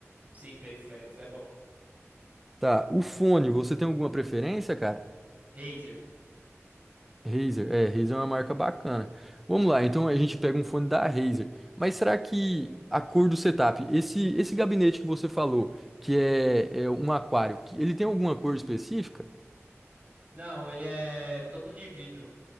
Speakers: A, on the right; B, in the centre.
A: Sim, periféricos é bom.
B: Tá, o fone, você tem alguma preferência, cara?
A: Razer.
B: Razer, é, Razer é uma marca bacana. Vamos lá, então a gente pega um fone da Razer. Mas será que a cor do setup, esse esse gabinete que você falou, que é, é um aquário, que ele tem alguma cor específica?
A: Não, ele é todo de vidro,